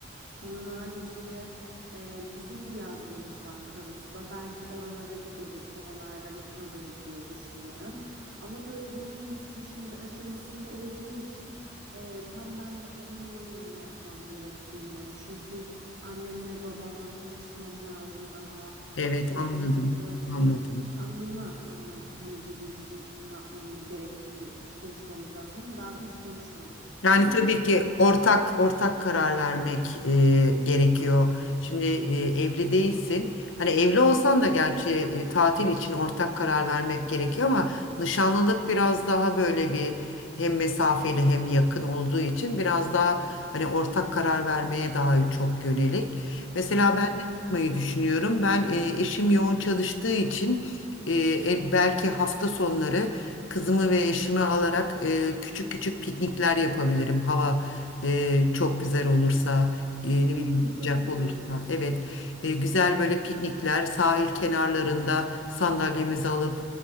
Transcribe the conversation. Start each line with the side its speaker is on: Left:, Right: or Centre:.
Right: Onun haricinde e, bizim bir yazlığımız var Karasu'da. Belki oralara gideriz, oralarda bir kalırız diye düşünüyorum. Ama tabii bunların hepsi düşünce aşamasında olduğu için e, tam ben de emin değilim ne yapmam gerektiğinden. Çünkü annemle babamla konuşmam lazım daha.
Left: Evet,
Right: O,
Left: anladım,
Right: ondan sonra
Left: anladım.
Right: nişanlımla anlam hani birbirimizin ne yapmamız gerektiğini konuşmamız lazım. Daha hiç konuşmadık.
Left: Yani
Right: Senle
Left: tabii ki ortak ortak karar vermek e, gerekiyor. Şimdi e, evli değilsin. Hani evli olsan da gerçi e, tatil için ortak karar vermek gerekiyor ama nişanlılık biraz daha böyle bir hem mesafeli hem yakın olduğu için biraz daha hani ortak karar vermeye daha çok yönelik. Mesela
Right: Hı hı.
Left: ben ne yapmayı düşünüyorum? Ben e, eşim yoğun çalıştığı için e, e, belki hafta sonları Kızımı ve eşimi alarak e, küçük küçük piknikler yapabilirim. Hava e, çok güzel olursa, e, ne
Right: Hmm,
Left: bileyim
Right: çok
Left: sıcak
Right: güzel.
Left: olursa. Evet, e, güzel böyle piknikler, sahil kenarlarında sandalyemizi alıp